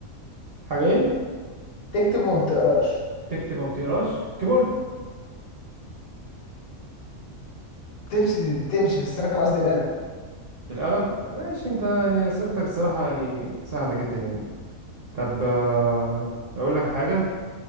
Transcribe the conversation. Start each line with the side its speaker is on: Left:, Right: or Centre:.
Right: حاجة ايه
Left: تكتب وما بتقراش
Right: تكتب وما بتقراش كيبورد
Left: تمشي بتمشي بس انا كان قصدي القلم
Right: بالقلم ماشي انت يعني أسئلتك الصراحة يعني سهلة جدا يعني طب آه، أقول لك حاجة